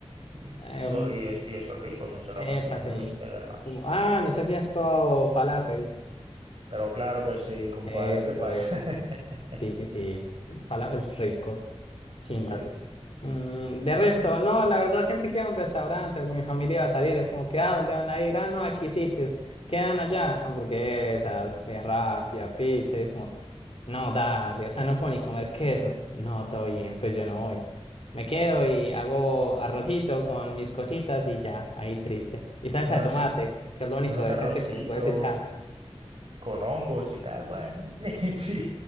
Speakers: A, on the right; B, on the left.
A: mm,
B: Eh,
A: Eso, y, es- y eso es rico, sinceramente,
B: epa,
A: una hamburguesita
B: sí.
A: de garbanzo.
B: Como, ah,
A: Oh,
B: no sé si has probado falafels.
A: pero claro que sí, compadre,
B: Eso,
A: ¿qué pasa?
B: eso.
A: <laughs>
B: Sí, sí, sí. Falafels ricos. Chimbas.
A: Sí, sí.
B: Mm, de resto,
A: Mm,
B: no, la verdad siempre quiero un restaurante, mi familia va a salir, es como que, ah, ¿dónde van a ir? Ah, no, aquí sitios, quedan allá, hamburguesas, comida rápida, pizza, y es como, no, dale, o sea, no puedo ni comer queso, no, todo bien, pues yo no voy. Me quedo y hago arrocito con mis cositas y ya, ahí triste. Y salsa
A: Unos,
B: de tomate,
A: a-
B: que es lo único
A: unos
B: decente
A: arrocitos
B: que le puedes echar.
A: con hongos y tal, bueno, <laughs> sí.